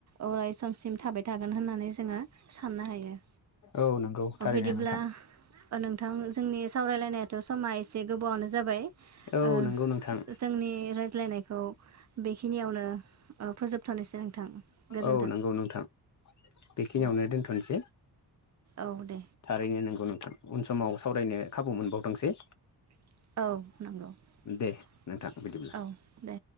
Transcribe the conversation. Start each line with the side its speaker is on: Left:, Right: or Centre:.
Right: अराय समसिम थाबाय थागोन होननानै जोङो साननो हायो।
Left: औ नंगौ थारैनो
Right: बिदिब्ला
Left: नोंथां।
Right: नोंथां जोंनि सावरायलायनायाथ' समा एसे गोबावनो जाबाय
Left: औ
Right: ओ
Left: नंगौ नोंथां
Right: जों नि रायज्लायनायखौ बेखिनियावनो ओ फोजोबथ'नोसै नोंथां गोजोन्थों
Left: औ नंगौ नोंथां बेखिनियावनो
Right: औ
Left: दोनथ'नोसै।
Right: औ दे
Left: थारैनो नोंगौ नोंथां उन समाव सावरायनो खाबु मोनबावथोंसै।
Right: औ
Left: दे नोंथां बिदिब्ला
Right: औ दे